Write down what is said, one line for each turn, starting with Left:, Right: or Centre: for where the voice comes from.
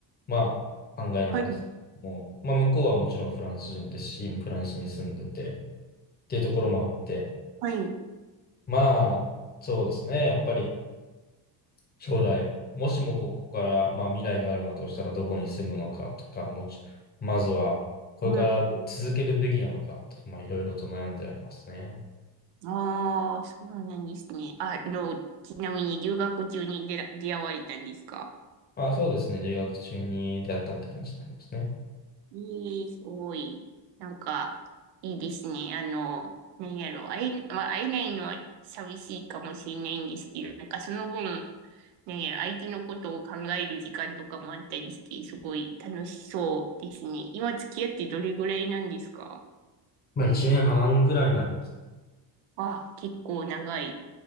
Left: まあ、考えなんです。
Right: はい、
Left: もう、まあ、向こうはもちろんフランス人ですし、今フランスに住んでて、っていうところもあって、
Right: はい。
Left: まあ、そうですね、やっぱり、将来、もしもここから、まあ、未来があるのだとしたらどこに住むのかとか、もち、まずはこれから続けるべきなのかとか、
Right: うん、うん。
Left: まあ、いろいろと悩んでありますね。
Right: ああ、そうなんですね。あの、ちなみに留学中に出ら、出会われたんですか
Left: まあ、そうですね。留学中に出会ったって感じになりますね。
Right: いい、すごい。なんか、いいですね。あの、なんやろ、会え、まあ、会えないのは寂しいかもしれないんですけど、なんかその分、なんやろ、相手のことを考える時間とかもあったりして、すごい楽しそうですね。今付き合ってどれぐらいなんですか
Left: まあ、1年半ぐらいになります。
Right: あ、結構長い。